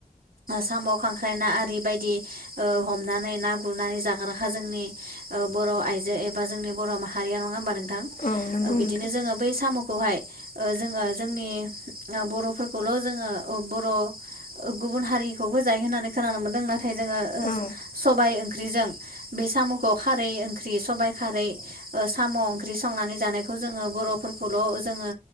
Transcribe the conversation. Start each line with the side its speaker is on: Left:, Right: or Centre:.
Right: साम' खांख्राइ ना आरि बायदि ओ हमनानै ना गुरनानै जाग्राखा जोंनि ओ बर'आइजो एबा जोंनि बर' माहारिया नङा होमबा नों नोंथां
Left: औ नंगौ
Right: बिदिनो
Left: नोंथां
Right: जोङो बै साम'खौहाय ओ जोङो जोंनि ओ बर'फोरखौल' जोङो बर' गुबुन हारिखौबो जायो होननानै खोनानो मोन्दों नाथाय जोङो
Left: औ
Right: सबाय ओंख्रिजों बे साम'खौ खारै ओंख्रि सबाइ खारै ओ साम' ओंख्रि संनानै जानायखौ जोङो बर'फोरखौल' जोङो